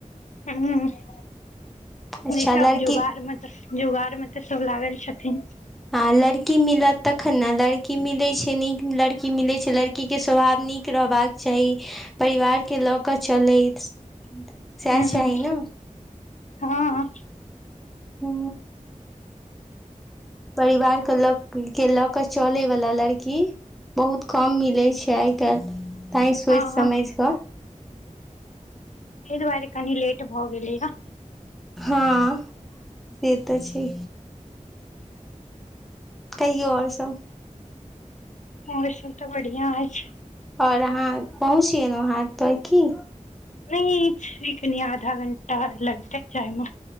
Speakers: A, on the left; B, in the centre.
A: ह्म
B: अच्छा
A: इसब
B: लड़की
A: जोगार मे त जुगाड़ मे तऽ सब लागल छथिन
B: हँ लड़की मिलत तखन ने लड़की मिलै छै नीक लड़की मिलैछै लड़की के स्वभाव नीक रहबाक चाही परिवारके लऽ कऽ चलैत सएह
A: ह्
B: चाही
A: ह्म
B: ने
A: हँ
B: हू परिवार के ल के लऽ क चले वला लड़की बहुत कम मिलै छै आइ काल्हि ताहि सोचि
A: ताहि
B: समझि कऽ
A: ताहि दुआरे कनि लेट भऽ गेलै ने
B: हँ से तऽ छै कहियौ आओर सब
A: ओओ सब तऽ बढ़िआ अछि
B: और अहाँ पहुँचियलहु हा पर की
A: नहि कनी आधा घण्टा लगतै जाइमे